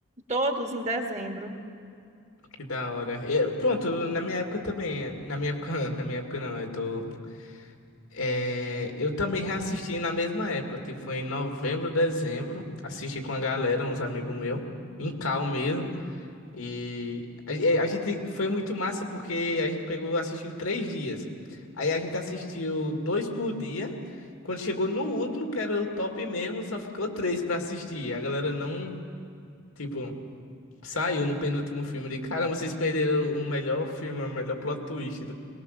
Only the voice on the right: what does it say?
todos em dezembro.